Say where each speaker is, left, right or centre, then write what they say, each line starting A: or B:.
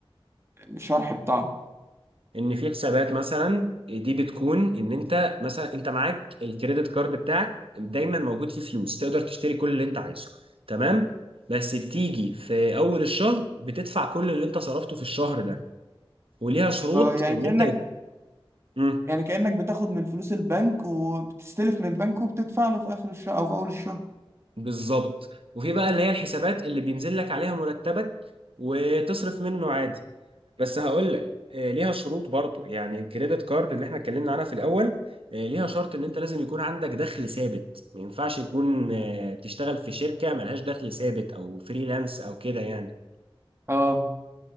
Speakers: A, on the right; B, on the right.
A: الشرح بتاعهم
B: ان في حسابات مثلا دي بتكون ان انت مثلا انت معاك الكريدت كارد بتاعك دايما موجود فيه فلوس تقدر تشتري كل اللي انت عايزه تمام بس بتيجي في اول الشهر بتدفع كل اللي انت صرفته في الشهر ده وليها شروط
A: اه يعني
B: ان
A: كأنك
B: انت مم،
A: يعني كأنك بتاخد من فلوس البنك وبتستلف من البنك وبتدفع له في اخر الشهر او في اول الشهر
B: بالظبط وفي بقى اللي هي الحسابات اللي بينزل لك عليها مرتبك وتصرف منه عادي بس هقول لك آه، ليها شروط برضو يعني الكريدت كارد اللي احنا اتكلمنا عنها في الاول آه، ليها شرط ان انت لازم يكون عندك دخل ثابت ما ينفعش يكون آه، تشتغل في شركة ملهاش دخل ثابت او فريلانس او كده يعني
A: اه